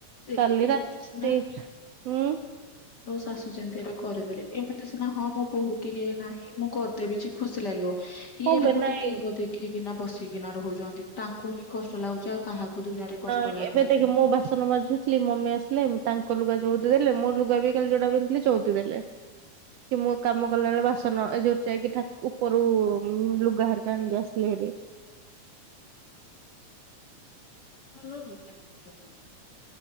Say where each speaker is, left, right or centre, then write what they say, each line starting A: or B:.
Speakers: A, on the left (about 45°); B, on the right (about 75°).
A: ଦେଖେ
B: କାଲି
A: ଏମିତି
B: ରାତି
A: ସିନା
B: ହୁଁ।
A: ତୋ ଶାଶୁ ଯେମିତି ଏବେ କରିଦେଲେ ଏମିତି ସିନା ହଁ ମୋ ବୋହୁ କି ନାହିଁ ମୁଁ କରିଦେବି କି ଖୁସି ଲାଗିବ।
B: ହଁ
A: ଇଏ ବି
B: ବେ
A: ଗୋଟେ
B: ନାଇଁ
A: ଦେହ ଦେଖିଇକିନା ବସିକିନା ରହୁଛନ୍ତି ତାଙ୍କୁ ହିଁ କଷ୍ଟ ଲାଗୁଛି ଆଉ କାହାକୁ ଦୁନିଆରେ କଷ୍ଟ
B: ହଁ
A: ଲାଗୁନି।
B: ଏବେ ଦେଖେ ମୋ ବାସ ବାସନ ମାଜୁଥିଲି ମମି ଆସିଲେ ତାଙ୍କ ଲୁଗା ଯୋଉଦି ଦେଲେ ମୋର ଲୁଗା ବି କାଲି ଯୋଉଟା ପିନ୍ଧି ଥିଲି ଚଉଦି ଦେଲେ। କି ମୁଁ କାମ କଲା ବେଳେ ବାସନ ଏ ଯୋଉ ଯାଇକି ଠାକୁ ଉପରୁ ଲୁଗା ହାରିକା ଆଣିକି ଆସିଲେ ଭାରି।
A: <unintelligible>